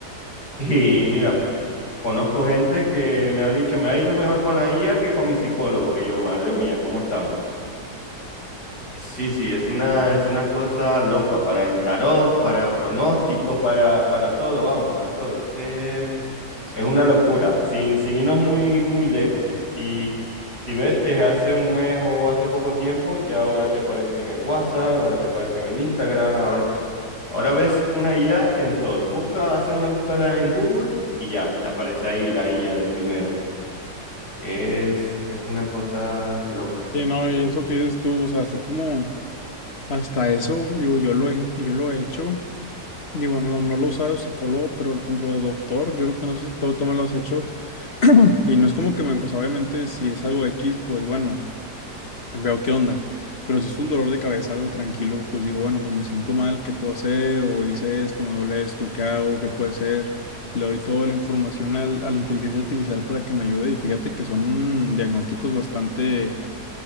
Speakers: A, on the left; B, on the left.
A: Y mira, conozco gente que me ha dicho, me ha ido mejor con la IA que con mi psicólogo. Y yo, madre mía, ¿cómo estamos? Sí, sí, es una, es una cosa loca para el tarot, para pronósticos, para, para todo, vamos, para todo. Es que es una locura, sin, sin irnos muy, muy lejos. Si, si ves desde hace un mes o hace poco tiempo, ya ahora te aparece en el WhatsApp, ahora te aparece en el Instagram, ahora, ahora ves una IA en todo. Busca, hace una búsqueda en Google y ya, te aparece ahí la IA de primero. Es, es una cosa loca,
B: Sí,
A: tío.
B: no, y eso que dices tú, o sea, así como hasta eso, digo, yo lo, en- yo lo he hecho. Digo, no, no lo he usado de psicólogo, pero por ejemplo de doctor, yo creo que no sé si todo, tú me lo has hecho, <clears throat> Y no es como que me, o sea, obviamente si es algo X, pues bueno, veo qué onda. Pero si es un dolor de cabeza, algo tranquilo, pues digo, bueno, pues me siento mal, ¿qué puedo hacer? O hice esto, me duele esto, ¿qué hago? ¿Qué puede ser? Le doy toda la información al- a la inteligencia artificial para que me ayude. Y fíjate que son diagnósticos bastante,